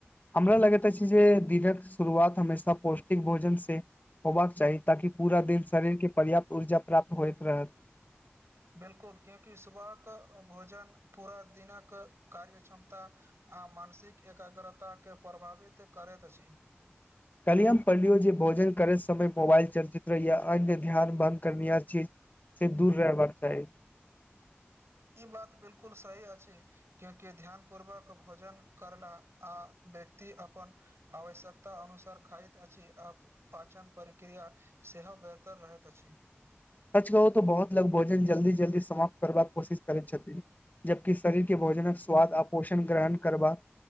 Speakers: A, on the left; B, on the right.
A: हमरा लगैत अछि जे दिनक शुरुआत हमेशा पौष्टिक भोजन से- - होबाक चाही ताकि पूरा दिन शरीरके पर्याप्त ऊर्जा प्राप्त होइत रहत।
B: बिल्कुल क्यूंकि सुबहक भोजन पूरा दिनक कार्य क्षमता- - आ मानसिक एकाग्रता के प्रभावित करैत अछि।
A: कहलियए हम पढ़लियो जे भोजन करे समय मोबाइल चर्चित रहहिय अन्य ध्यान भ्ग करनिर छैए- - से दूर रहबाक चाही।
B: ई बात बिल्कुल सही अछि। क्यूंकि ध्यान पूर्वक भोजन करला आ व्यक्ति अपन- - आवश्यकता अनुसार खाइत अछि आखिर -- पाचन प्रक्रिया सेहो बेहतर रहैत अछि।
A: सच कहू तऽ बहुत लग भोजन जल्दी -जल्दी समाप्त करबाक कोशिश करैत छथिन। जबकि शरीर के भोजनक स्वाद आ पोषण ग्रहण करबाक